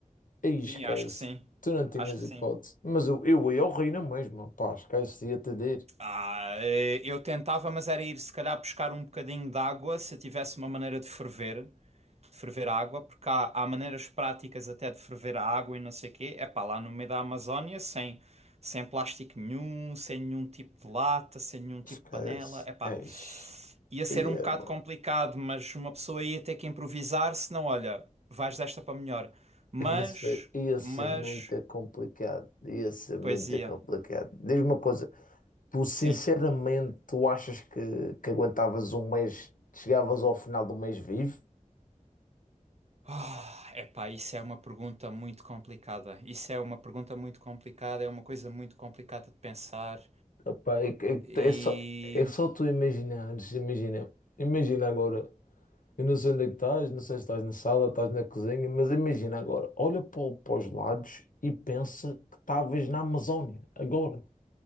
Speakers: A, on the left; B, on the right.
A: Aí
B: Sim,
A: esquece.
B: acho que sim.
A: Tu não tinhas
B: Acho que
A: hipótese.
B: sim.
A: Mas eu, eu ia ao reino mesmo mesma. Pá, esquece. Ia-te dizer.
B: Ah, eh, eu tentava, mas era ir se calhar buscar um bocadinho de água se eu tivesse uma maneira de ferver, de ferver a água, porque há, há maneiras práticas até de ferver a água e não sei o quê. É pá, lá no meio da Amazónia, sem, sem plástico nenhum, sem nenhum tipo de lata, sem nenhum tipo
A: Esquece.
B: de panela. É pá,
A: Eish.
B: ia ser
A: Ia,
B: um bocado
A: mano.
B: complicado, mas uma pessoa ia ter que improvisar, senão, olha, vais desta para melhor. Mas,
A: ia ser, ia
B: mas,
A: ser muito complicado. Ia ser muito
B: poesia,
A: complicado. Diz-me uma coisa. Tu, sinceramente,
B: sim.
A: tu achas que, que aguentavas um mês, chegavas ao final do mês vivo?
B: Ah, epá, isso é uma pergunta muito complicada. Isso é uma pergunta muito complicada, é uma coisa muito complicada de pensar.
A: Epá, é, que- é, que
B: E
A: é só, é só tu imaginares. Imagina. Imagina agora. Eu não sei onde é que estás, não sei se estás na sala, estás na cozinha, mas imagina agora, olha para, o- para os lados e pensa que estavas na Amazónia, agora,